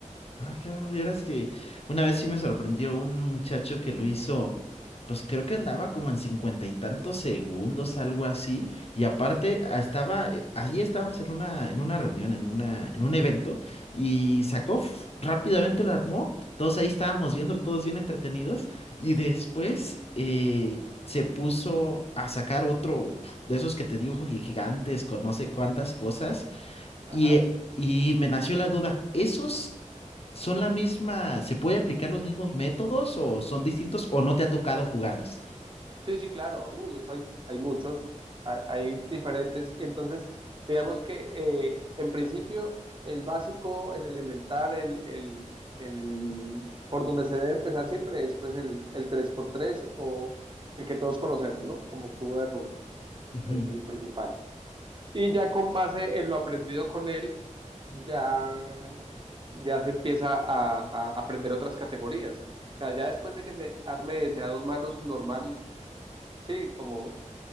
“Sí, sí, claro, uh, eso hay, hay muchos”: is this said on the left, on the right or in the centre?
Right